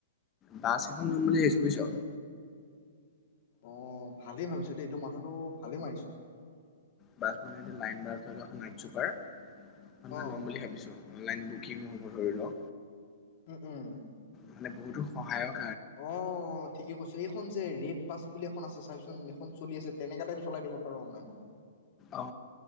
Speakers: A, on the left; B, on the left.
A: বাছ এখন লম বুলি ভাবিছো বুজিছ।
B: অ' ভালেই ভাবিছ দেই, তই মাথাটো ভালে মাৰিছ।
A: বাছ মানে এটো লাইন বাছ, ধৰি ল' এখন নাইট চুপাৰ। মই
B: অ
A: ল'ম বুলি ভাবিছো। অনলাইন বুকিং হ'ব ধৰি ল'।
B: উম উম
A: মানে বহুতো সহায়ক
B: অ' ঠিকে কৈছ, এইখন যে ৰে'ড বাছ বুলি এখন আছে, চাবিচোন এখন চলি আছে তেনেকোৱা টাইপ চলাই দিব। আৰু অনলাইনত
A: অ